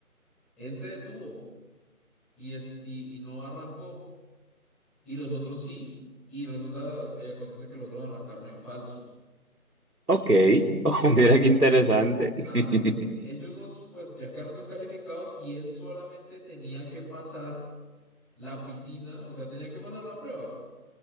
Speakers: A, in the centre; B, on the right.
A: Él se detuvo y, es, y, y no arrancó. Y los otros sí. Y resulta y acontece que los otros arrancaron en falso.
B: ok. <laughs> Oh, mira qué interesante.
A: Ajá, entonces ellos
B: <laughs>
A: dos pues ya quedaron descalificados y él solamente tenía que pasar la piscina, o sea, tenía que pasar la prueba.